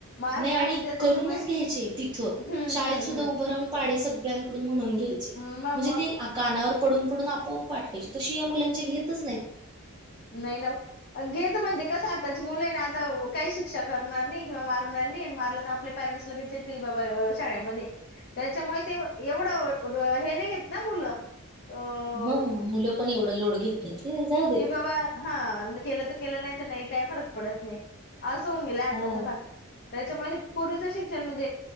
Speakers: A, on the left; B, on the right.
A: मारणार
B: नाही आणि
A: उद्या त्याच्यामुळे
B: करूनच घ्यायचे तिथं
A: हम्म
B: शाळेत
A: हम्म
B: सुद्धा उभं राहून <unintelligible> पाढे सगळ्यानकडून म्हणून घ्यायचे
A: हम्म मग
B: म्हणजे
A: मग
B: ते कानावर पडून पडून आपोआप पाठवायचे तशी या मुलांचे घेतच नाही
A: नाही ना घेत म्हणजे का त्याची मुलं नाही आता काही शिक्षा करणार नाही किंवा मारणार नाही आणि मारलं तर आपल्या पॅरेंट्सला बाबा शाळेमध्ये त्याच्यामुळे ते एवढं हे नाही घेत ना मुलं अ
B: ह मुलं पण एवढं लोड घेत नाहीत जाऊ देेत
A: रं हा केलं तर केलं नाही तर नाही काय फरक पडत नाही अस होन गेला आताचा
B: हो
A: भाग श्षण म्हण